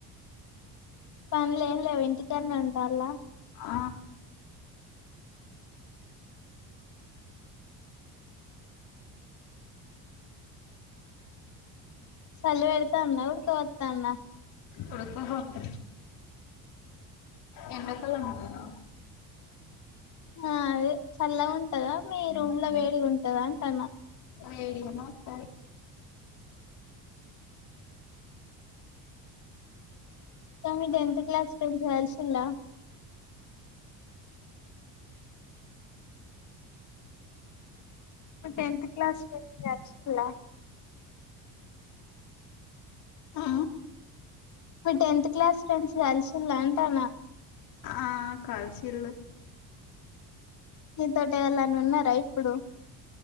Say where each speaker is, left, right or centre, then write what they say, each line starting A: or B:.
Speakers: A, on the left; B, on the left.
A: పనులు ఏం లేవా ఇంటికాడ్నే ఉంటన్ల
B: ఆ
A: సలి వేడుతందా ఉడక పోత్తందా
B: ఉడక పోత్త ఎండ కాలం కదా
A: ఆ అదే చల్లగ ఉంటదా మీ రూమ్ లో వేడి గా ఉంటదా అంటన్నా
B: వేడిగానే ఉంటది
A: ఇంకా మీ టెన్త్ క్లాస్ ఫ్రెండ్స్ కలిస్లిలా మీ టెన్త్ క్లాస్ ఫ్రెండ్స్ కలిసిలా
B: ఆ
A: మీ టెన్త్ క్లాస్ ఫ్రెండ్స్ కలిసిలా అంటన
B: ఆ కలిసిలు
A: నీతోటి ఎవళ్ళన్నా ఉన్నారా ఇప్పుడు